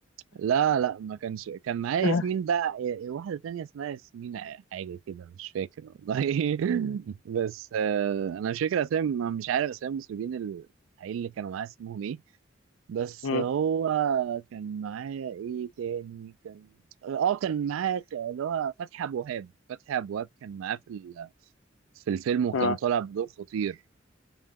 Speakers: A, on the right; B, on the left.
A: لا لا ما كانش كان معاه ياسمين
B: آه.
A: بقى ي- واحدة تانية اسمها ياسمين حاجة كده مش فاكر والله <laughs> بس آه، انا مش فاكر اسامي ما- مش عارف اسامي المسلمين الحقيقيين اللي كانوا معاه اسمهم ايه بس
B: مم.
A: هو كان معاه ايه تاني كان اه كان معاه اللي هو فتحي ابو وهاب فتحي ابو وهاب كان معاه في ال في الفيلم وكان
B: اه
A: طالع بدور خطير